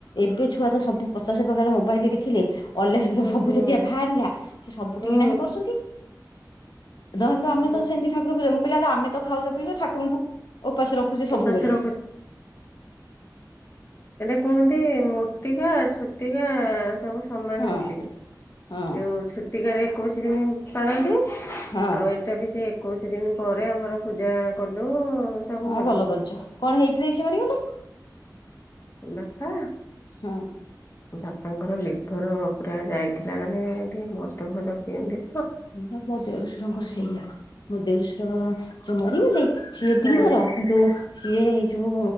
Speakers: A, on the left; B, on the left.
A: ଏବେ ଛୁଆ ତ ସବୁ ପଚାଶ ପ୍ରକାର ମୋବାଇଲ ଦେଖିଲେ। ଅନଲାଇନରେ
B: ହୁଁ
A: ସବୁ
B: ହୁଁ
A: ଯାତିଆ ବାହାରିଲା ସେ ସବୁ
B: ହୁଁ
A: ଠିକି ନାହିଁ କରୁଚନ୍ତି। ନହେନେ ଆମେ
B: ମୋ
A: ତ ସେମିତି ଠାକୁର ପୂଜା ମୁଁ କହିଲି ଆଲୋ ଆମେ ତ ଖାଉଚେ ପିଉଚେ ଠାରଙ୍କୁ ଓପାସେ ରଖୁଚେ ସବୁବେଳେ।
B: ଉପାସ ଏଟା କୁହନ୍ତି ମୂର୍ତ୍ତିକା ଛୁତିକା ସବୁ ସମାନ
A: ହଁ
B: ବୋଲି
A: ହଁ
B: ଯେଉ ଛୁତିକାରେ ଏକୋଇଶ ଦିନି ପାଳନ୍ତି।
A: ହଁ
B: ଆଉ ଏଇଟା ବି ସେ ଏକୋଇଶି ଦିନ ପରେ ଆମର ପୂଜା କଲୁ। ସବୁ
A: ହଁ
B: କଲୁ।
A: ଭଲ କରିଚ କଣ ହେଇଥିଲେ କି ସେ ମରିଗଲେ?
B: ବାପା
A: ହଁ।
B: ବାପାଙ୍କର ଲିଭର ପୁରା ଯାଇଥିଲା ମାନେ ଟିକେ ମଦ ଫଦ ପିଅନ୍ତି।
A: <unintelligible> ମୋ ଦେଢୁଶରଙ୍କର ସେଇଆ ମୋ ଦେଢୁଶର ଯୋଉ ମରିଗଲେ। ସିଏ
B: ହଁ
A: ଡିଲର କିନ୍ତୁ ସିଏ ଏଇ ଯୋଉ